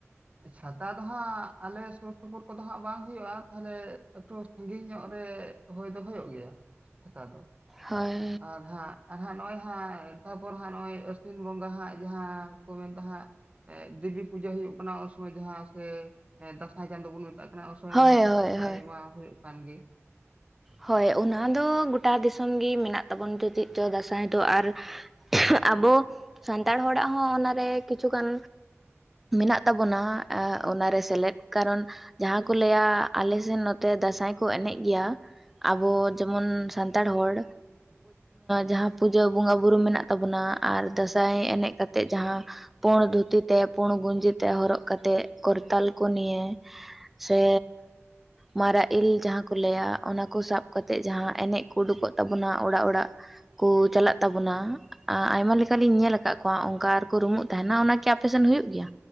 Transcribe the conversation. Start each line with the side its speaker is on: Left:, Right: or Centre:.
Right: ᱪᱷᱟᱛᱟ ᱫᱚ ᱦᱟᱸᱜ ᱟᱞᱮ ᱥᱩᱨ ᱥᱩᱯᱩᱨ ᱠᱚᱫᱚ ᱦᱟᱸᱜ ᱵᱟᱝ ᱦᱩᱭᱩᱜ-ᱟ ᱾ ᱛᱟᱦᱚᱞᱮ ᱮᱠᱴᱩ ᱥᱟᱹᱜᱤᱧ ᱧᱚᱜ ᱨᱮ ᱦᱩᱭ ᱫᱚ ᱦᱩᱭᱩᱜ ᱜᱮᱭᱟ ᱪᱷᱟᱛᱟ ᱫᱚ ᱾
Centre: ᱦᱳᱭ
Right: ᱟᱨ ᱦᱟᱸᱜ <inaudible> ᱟᱨ ᱦᱟᱸᱜ ᱱᱚᱜ-ᱚᱭ ᱦᱟᱸᱜ ᱛᱟᱨᱯᱚᱨ ᱦᱟᱸᱜ ᱱᱚᱜᱚᱭ ᱟᱹᱥᱤᱱ ᱵᱚᱸᱜᱟ ᱦᱟᱸᱜ ᱡᱟᱦᱟᱸ ᱠᱚ ᱢᱮᱱᱫᱟ ᱦᱟᱸᱜ ᱫᱮᱵᱤ ᱯᱩᱡᱟᱹ ᱦᱩᱭᱩᱜ ᱠᱟᱱᱟ ᱩᱱᱥᱚᱢᱚᱭ ᱡᱟᱦᱟᱸ ᱥᱮ ᱦᱮ ᱫᱟᱸᱥᱟᱭ ᱪᱟᱸᱫᱳ ᱵᱚᱱ ᱢᱮᱛᱟᱜ ᱠᱟᱱᱟ ᱚᱥᱚᱭ
Centre: ᱦᱳᱭ
Right: ᱢᱟᱦᱟ ᱫᱟᱸᱥᱟᱭ
Centre: ᱦᱳᱭ ᱦᱳᱭ
Right: ᱢᱟ ᱦᱩᱭᱩᱜ ᱠᱟᱱ ᱜᱮ
Centre: ᱦᱳᱭ ᱚᱱᱟ ᱫᱚ ᱜᱳᱴᱟ ᱫᱤᱥᱚᱢ ᱜᱮ ᱢᱮᱱᱟᱜ ᱛᱟᱵᱚᱱ ᱛᱚ ᱪᱮᱫ ᱪᱚᱝ ᱫᱟᱸᱥᱟᱭ ᱫᱚ ᱟᱨ ᱟᱵᱚ ᱥᱟᱱᱛᱟᱲ ᱦᱚᱲᱟᱜ ᱦᱚᱸ ᱚᱱᱟᱨᱮ ᱠᱤᱪᱷᱩᱜᱟᱱ ᱢᱮᱱᱟᱜ ᱛᱟᱵᱚᱱᱟ ᱚᱱᱟᱨᱮ ᱥᱮᱞᱮᱫ ᱠᱟᱨᱚᱱ ᱡᱟᱦᱟᱸ ᱠᱚ ᱞᱟᱹᱭᱟ ᱟᱞᱮᱥᱮᱱ ᱱᱚᱛᱮ ᱫᱟᱸᱥᱟᱭ ᱠᱚ ᱮᱱᱮᱡ ᱜᱮᱭᱟ ᱾ ᱟᱵᱚ ᱡᱮᱢᱚᱱ ᱥᱟᱱᱛᱟᱲ ᱦᱚᱲ ᱡᱟᱦᱟᱸ ᱯᱩᱡᱟᱹ ᱵᱚᱸᱜᱟ ᱵᱩᱨᱩ ᱢᱮᱱᱟᱜ ᱛᱟᱵᱚᱱᱟ ᱟᱨ ᱫᱟᱸᱥᱟᱭ ᱮᱱᱮᱡ ᱠᱟᱛᱮᱜ ᱡᱟᱦᱟᱸ ᱯᱩᱲ ᱫᱷᱩᱛᱤ ᱛᱮ ᱯᱩᱲ ᱜᱩᱧᱡᱤ ᱛᱮ ᱦᱚᱨᱚᱜ ᱠᱟᱛᱮᱜ ᱠᱚᱨᱛᱟᱞ ᱠᱚ ᱱᱤᱭᱮ ᱥᱮ ᱢᱟᱨᱟᱜ ᱤᱞ ᱡᱟᱦᱟᱸ ᱠᱚ ᱞᱟᱹᱭᱟ ᱚᱱᱟ ᱠᱚ ᱥᱟᱵ ᱠᱟᱛᱮᱜ ᱡᱟᱦᱟᱸ ᱮᱱᱮᱡ ᱠᱚ ᱩᱰᱩᱠᱚᱜ ᱛᱟᱵᱚᱱᱟ ᱚᱲᱟᱜ ᱚᱲᱟᱜ ᱠᱩ ᱪᱟᱞᱟᱜ ᱛᱟᱵᱚᱱᱟ ᱟᱭᱢᱟ ᱞᱮᱠᱟᱞᱤᱧ ᱧᱮᱞ ᱟᱠᱟᱜ ᱠᱚᱣᱟ ᱚᱱᱠᱟ ᱟᱨᱠᱚ ᱨᱩᱢᱩᱜ ᱛᱟᱦᱮᱱᱟ ᱚᱱᱟᱠᱤ ᱟᱯᱮ ᱥᱮᱱ ᱦᱩᱭᱩᱜ ᱜᱮᱭᱟ?